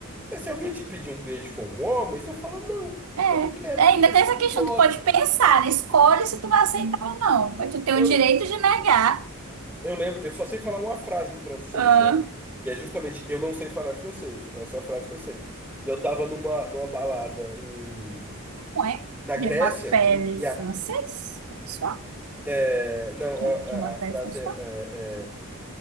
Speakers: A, in the centre; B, on the right.
A: é, se alguém te pedir um beijo e for um homem, você fala, não,
B: É.
A: eu não quero
B: É,
A: porque
B: Ainda
A: eu
B: tem essa
A: não
B: questão,
A: gosto.
B: tu pode pensar, escolhe se tu vai aceitar ou não, mas tu tem
A: Eu,
B: o direito de negar.
A: Eu lembro, eu só sei falar uma frase em francês,
B: Ah,
A: né? E é justamente, eu não sei falar francês. Essa é a frase que eu sei. E eu tava numa, numa balada em,
B: não é?
A: na
B: Gemapele
A: Grécia, em, em A-
B: francês? François?
A: é, não,
B: Gem-
A: a,
B: Gemapele
A: a- a frase
B: François?
A: é, é, é,